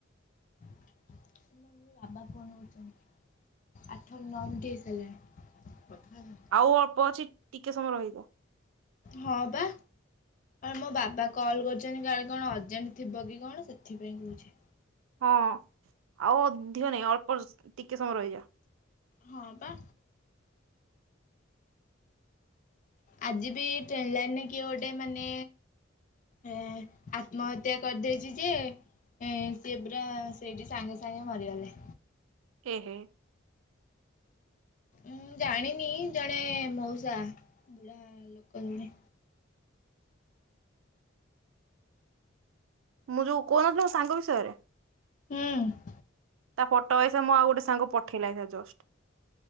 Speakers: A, on the left; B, on the right.
A: ବାବା ଫୋନ କରିଛନ୍ତି। ଆଠ ନଅ ମିନିଟ୍ ହେଇସାରିଲାଣି।
B: ଆଉ ଅଳ୍ପ ଅଛି ଟିକେ ସମୟ ରହିଯା।
A: ହଁ ପା। ମୋ ବାବା କଲ୍ କରୁଛନ୍ତି କାଳେ କଣ ଅର୍ଜେଣ୍ଟ ଥିବ କି କଣ ସେଥିପାଇଁ କହୁଛି।
B: ହଁ ଆଉ ଅଧିକ ନାହିଁ ଅଳ୍ପ ଟିକେ ସମୟ ରହିଯା।
A: ହଁ ପା। ଆଜି ବି ଟ୍ରେନ୍ ଲାଇନେ କିଏ ଗୋଟେ ମାନେ। ହଁ ଆତ୍ମହତ୍ୟା କରିଦେଇଛି ଯେ ଏ ସେ ପୁରା ସେଇଠି ସାଙ୍ଗେ ସାଙ୍ଗେ ମରିଗଲେ।
B: ଏହେ
A: ଉଁ ଜାଣିନି ଜଣେ ମଉସା, ବୁଢା ଲୋକ ଜଣେ।
B: ମୁଁ ଯୋଉ କହୁନଥିଲି ମୋ ସାଙ୍ଗ ବିଷୟରେ
A: ହୁଁ।
B: ତା ଫଟୋ ଏଇସା ମୁଁ ଆଉ ଗୋଟେ ସାଙ୍ଗ ପଠେଇଲା ଏଇନା ଜଷ୍ଟ।